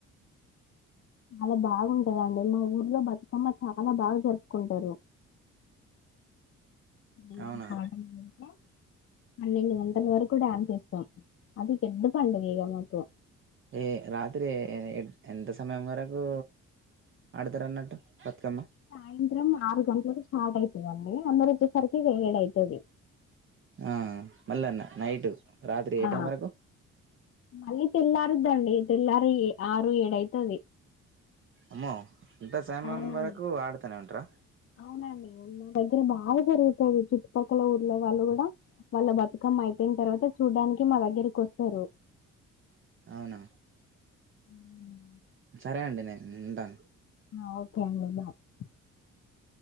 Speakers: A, on the left; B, on the right.
A: చాలా బాగుంటది అండి మా ఊర్లో బతుకమ్మ చాలా బాగా జరుపుకుంటారు గుడ్ ఈవెనింగ్
B: అవునా
A: పాడడం తెలుసా అన్నలు గా వరకు డాన్స్ చేస్తాం అది పెద్ద పండగే ఇగా మాకు
B: ఏ రాత్రి ఎ ఎంత సమయం వరకు ఆడతారు అన్నట్టు బతుకమ్మ
A: సాయంత్రం ఆరు గంటలకు స్టార్ట్ అయితది అండి అందరు వచ్చే సరికి ఏడు అయితది
B: ఆ మళ్ల నైట్ రాత్రి ఏ
A: ఆ
B: టైం వరకు
A: మళ్ళీ తెల్లారుద్దండి తెల్లారి ఆరు ఏడు అయితది
B: అమ్మో ఇంత సమయం
A: అవునా
B: వరకు ఆడుతానే ఉంటార
A: అవునండి మా దగ్గర బాగా జరుగుతది చుట్టుపక్కల ఊర్ల వాళ్ళు కూడా వాళ్ళ బతుకమ్మ అయిపోయిన తర్వాత చూడ్డానికి మా దగ్గరకి వస్తారు
B: ఔన
A: <inaudible>
B: సరే అండి నెన్ ఉంటాను
A: <inaudible> <inaudible>